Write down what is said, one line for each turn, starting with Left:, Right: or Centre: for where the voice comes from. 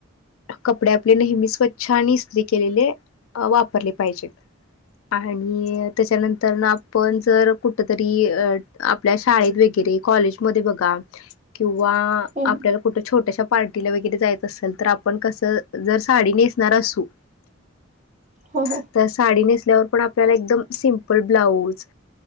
Left: कपडे आपले नेहमी स्वच्छ आणि इस्त्री केलेले वापरले अ पाहिजेत. आणि त्याच्यानंतर न आपण जर कुठ तरी अ आपल्या शाळेत वगैरे कॉलेजमध्ये बघा किंवा
Right: हम्म,
Left: आपल्याला कुठं छोट्याश्या पार्टीला वगैरे जायचं असेल तर, आपण कसं जर साडी नेसणार असू <inaudible>
Right: हां ना
Left: तर साडी नेसल्यावर पण आपल्याला एकदम सिंपल ब्लाऊज